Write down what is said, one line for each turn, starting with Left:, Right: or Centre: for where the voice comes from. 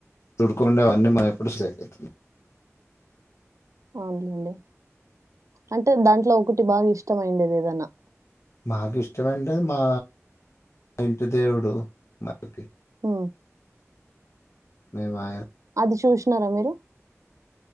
Left: తోడు ఉండేవి అన్నీ ఎప్పుడు స్ట్రెయిటె. <unintelligible>
Right: అవున్లేండి అంటే దాంట్లో ఒకటి బాగా ఇష్టం అయిఉండేది ఏదన్నా?
Left: మాకు ఇష్టము అయిఉండేది మా ఇంటి దేవుడు మాకి
Right: ఉ
Left: మ వయ <unintelligible>
Right: అది చూసినారా మీరు?